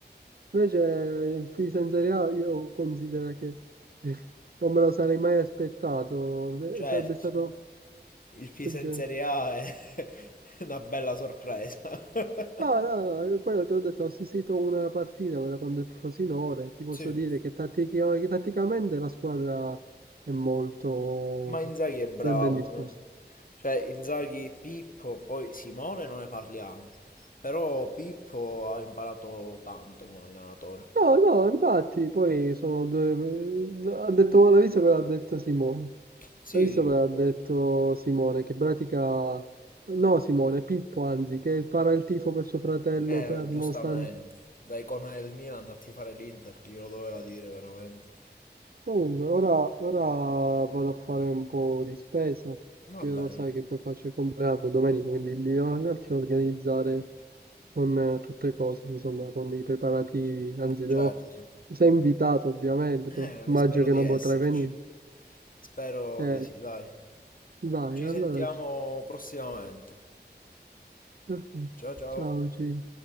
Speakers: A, on the right; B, on the left.
A: Invece in Fisa in Serie A io considero che <laughs> non me lo sarei mai aspettato.
B: Certo,
A: Eh, Sarebbe stato...
B: il Pisa
A: peggio.
B: in Serie A è <laughs> una bella sorpresa. <laughs>
A: No, no, no, io poi ho ho detto, ho assistito a una partita quella con del Frosinone, ti posso
B: Sì.
A: dire che, tattica- che tatticamente la squadra è molto
B: Ma Inzaghi è bravo,
A: ben disposta.
B: eh. Cioè Inzaghi, Pippo, poi Simone non ne parliamo, però Pippo ha imparato tanto come allenatore.
A: No, no, infatti, poi sono due... Ha detto, l'ha visto cosa ha detto Simone?
B: Sì,
A: L'ha visto
B: sì,
A: cosa ha detto Simone? Che pratica... No, Simone, Pippo, anzi, che farà il tifo per suo fratello,
B: eh,
A: per,
B: giustamente,
A: nonostante...
B: da icona del Milan a tifare l'Inter, chi glielo doveva dire veramente.
A: Comunque, ora, ora vado a fare un po' di spesa,
B: Va
A: che
B: bene,
A: lo sai che poi faccio il compleanno domenica, quindi mi devo un attimo organizzare con eh, tutte le cose, insomma, con i preparativi. Anzi, devo...
B: certo.
A: Sei invitato, ovviamente,
B: Eh,
A: però immagino
B: spero
A: che
B: di
A: non
B: esserci.
A: potrai venire.
B: Spero
A: Eh,
B: di sì, dai.
A: dai,
B: Ci
A: allora,
B: sentiamo
A: ci-
B: prossimamente.
A: perfetto.
B: Ciao ciao.
A: Ciao, Gino.